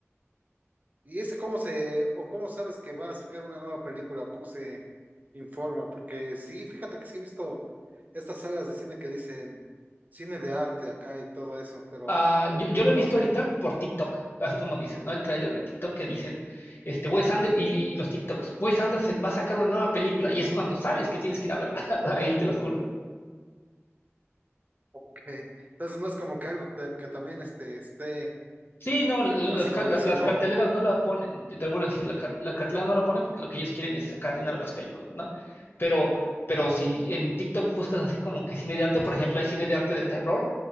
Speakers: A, on the right; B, on the left.
A: ¿Y esa cómo se, o cómo sabes que va a sacar una nueva película, o cómo se informa? Porque sí, fíjate que sí he visto estas salas de cine que dicen cine de arte acá y todo eso, pero
B: Ah, yo, yo lo he
A: no
B: visto
A: sé.
B: ahorita por TikTok, así como dices, ¿no? El tráiler de TikTok que dicen, este, Wes Anderson y, y los TikToks, Wes Anderson va a sacar una nueva película y es cuando sabes que tienes que ir a verla, <laughs> ahí te lo juro.
A: ok. Entonces no es como que algo que, que también este, esté
B: Sí, no, l-
A: así
B: las,
A: como
B: ca- la-
A: diciendo
B: las carteleras no la ponen, te, te vuelvo a decir, la, car- la cartelera no la ponen porque lo que ellos quieren es sacar dinero de las películas, ¿no? Pero, pero si en TikTok buscas así como que cine de arte, por ejemplo, hay cine de arte de terror